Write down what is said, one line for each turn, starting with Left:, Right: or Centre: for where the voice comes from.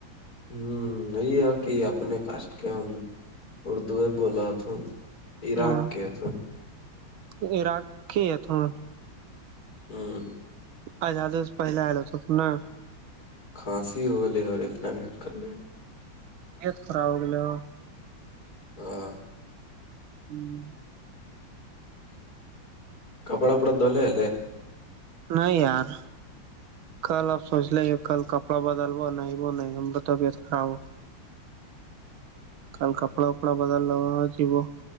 Left: ہوں یہ ہے کہ اپنے کاسٹ کے ہم اردوئے بولا تو عراکق
Right: ہاں
Left: تو
Right: <inaudible>
Left: ہوں
Right: آ ج آ دس پہل آل ہو تو پنا
Left: کھانسی ہوگ لے اور اتنا بھی کرنا ہے
Right: تت خراب ہوگے ہو
Left: ہاں
Right: <inaudible>
Left: کپڑا فپڑا دول ہے
Right: نہیں یار کل آپ سوچ لے کل کپڑا بدلو نہیں بو نہیں ہم طبیعت خراب ہو کل کپڑا وپڑا بدل لو جیبو